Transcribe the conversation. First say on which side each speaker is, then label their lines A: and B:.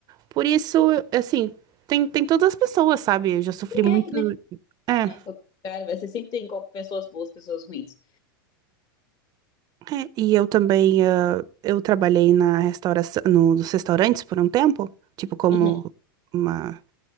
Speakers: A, on the right; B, on the left.
A: Por isso, assim, tem, tem todas as pessoas, sabe? Eu já sofri
B: Sim,
A: muito.
B: é que nem
A: É,
B: lugar, né? Qualquer lugar, vai, Você sempre tem co- pessoas boas, pessoas ruins.
A: é, e eu também, ah, eu trabalhei na restauração, no- nos restaurantes por um tempo, tipo, como.
B: Uhum.
A: Uma